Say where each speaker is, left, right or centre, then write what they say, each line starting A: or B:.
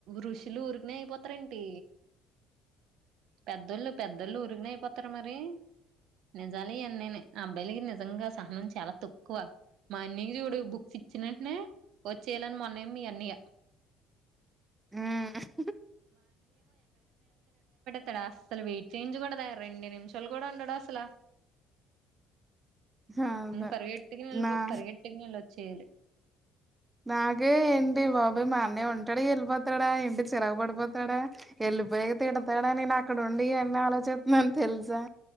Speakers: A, on the right; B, on the right.
A: ఋషులు ఊరికినే అయిపోతారేంటి పెద్దోళ్ళు పెద్దోళ్ళు ఉరికిన అయిపోతార మరి నిజాల అన్నేనే అబ్బాయిలకి నిజంగా సహనం చాలా తక్కువ మా అన్నీకి చూడు బుక్స్ ఇచ్చినంటనే వచ్చేయాలని మొన్న మీ అన్నయ్య
B: ఉం
A: తడా అసలు వెయిట్ చెయించ కూడదా రెండు నిమిషాలు కూడా ఉండడు అసలా
B: అదే
A: పగిెట్కి
B: నా
A: పగెట్కిినలోచ్చలు <unintelligible>
B: నాగే ఏంటి బాబోయి మా అన్నయ ఉంటాడ వెళ్ళిపోతాడా ఎంటి చిరగ పడిపోతాడా వె వెలిపోయాగా తిడతాడని నేను అక్కడ ఉండి ఎన్న ఆలోచిస్తున్నాని తెలుసా